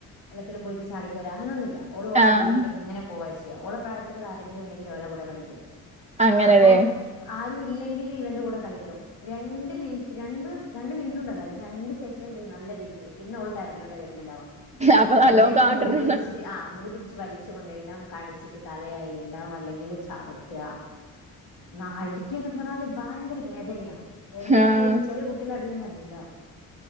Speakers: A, on the left; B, on the right.
A: എല്ലത്തിലും പോയിട്ട് ചാടിക്കയറ അങ്ങനൊനുംല്ല ഓള് ഓള
B: ആഹ്
A: രീതിക്ക് അങ്ങനെ പോവാച്ച് ഓളെ പ്രായത്തിലുള്ള ആരെങ്കിലും ഉണ്ടെങ്കില ഒല കൂടെ കളിക്കും
B: അങ്ങനെല്ലേ
A: അപ്പം ആരും ഇല്ലെങ്കിൽ ഇവന്റെ കൂടെ കളിക്കും രണ്ട് മിനിറ്റ് രണ്ട് രണ്ട് മിനിറ്റ് കൊണ്ടല്ല രണ്ട് സെക്കൻറ് നല്ല രീതിക്ക് പിന്നെ അവള് കരഞ്ഞുകോണ്ടേ വര <unintelligible>
B: അപ്പൊ
A: അപ്പ
B: നല്ലോം
A: എന്നക്ക്
B: കാട്ടണണ്ട്
A: മുടി പിടിച്ചിട്ട് ആ മുടി പിട വലിച്ചു കൊണ്ടൈനാ കടിച്ചിട്ട് കലയ ഇണ്ടാവും അല്ലെങ്കില് ചട് ന്ന അടുക്കിയാ എന്നൊക്കെ പറഞ്ഞാല് ഭയങ്കര വേദനയാ എന്താ
B: ആഹ്
A: പറയും ചെറിയ കുട്ടില അടിയെന്ന ഇല്ല